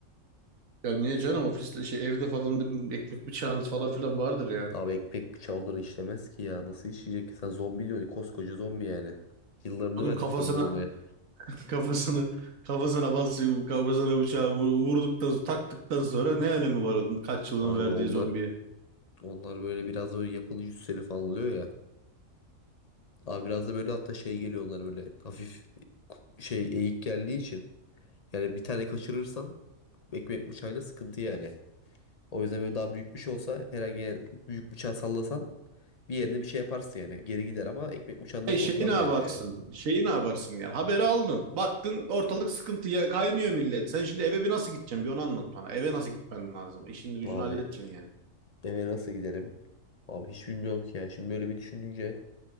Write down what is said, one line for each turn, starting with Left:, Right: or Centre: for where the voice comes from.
Right: Ya niye canım ofiste şey evde falan da bir ekmek bıçağınız falan filan vardır yani.
Left: Abi ekmek bıçağı onları işlemez ki ya. Nasıl işleyecek ki? Sen zombi diyorsun. Koskoca zombi yani. Yıllarını
Right: Oğlum
Left: vermiş
Right: kafasına
Left: zombi olmaya.
Right: <laughs> kafasını kafasına basıyor kafasına bıçağı vur- vurduktan taktıktan sonra ne önemi var onun kaç yılın
Left: Abi
Right: verdiği
Left: onlar
Right: zombiye?
Left: onlar böyle biraz böyle yapılı cüsseli falan oluyor ya. Abi biraz da böyle hatta şey geliyor onlara böyle hafif şey eğik geldiği için. Yani bir tane kaçırırsan ekmek bıçağıyla sıkıntı yani. O yüzden böyle daha büyük bir şey olsa herhangi büyük bıçağı sallasan bir yerine bir şey yaparsın yani. Geri gider ama ekmek bıçağından
Right: E
Left: korkmaz
Right: şeyi ne yaparsın?
Left: bence ya.
Right: Şeyi ne yaparsın yani? Haberi aldın. Baktın ortalık sıkıntıya kaynıyor millet. Sen şimdi eve bir nasıl gideceksin? Bir onu anlat bana. Eve nasıl gitmen lazım? İşin gücünü
Left: Abi
Right: halledeceksin yani.
Left: eve nasıl giderim? Abi hiç bilmiyorum ki ya. Şimdi böyle bir düşününce